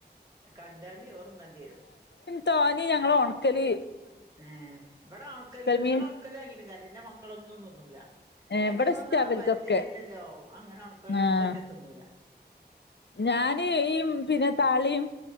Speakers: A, on the right; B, on the left.
A: കണ്ടാണ്ട് ചോറ്ന്നണ്ടിയരും
B: താനി ഞങ്ങള ഉണക്കലീ
A: ഏ ഇവിടെ ഒണക്കലിൻ്റെ എൻ്റെവിടെ
B: മീൻ
A: ഒണക്കല് വാങ്ങിയിട്ടും കാര്യമില്ല. ൻ്റെ മക്കളൊന്നും ഒന്നുല
B: ഏഹ്
A: അയിന്റെ
B: ഇവിടെ ഇഷ്ടാ
A: ഒന്നും അത്
B: ഇവൽക്കൊക്കെ
A: പരിചയല്ലല്ലോ അങ്ങനെ ഉണക്കല്ലന്നട്ട്
B: ആഹ്
A: തിന്നൂല
B: ഞാന് ഈമ് പിന്നെ താളിയും